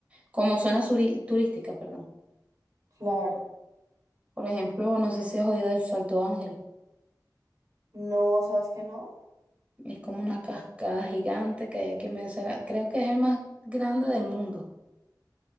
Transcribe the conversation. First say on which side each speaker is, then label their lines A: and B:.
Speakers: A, on the right; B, on the right.
A: como zona suri- turística, perdón.
B: Claro.
A: Por ejemplo, no sé si has oído del Salto Ángel.
B: No, ¿sabes qué no?
A: Es como una cascada gigante que hay aquí en Venezuela. Creo que es el más grande del mundo.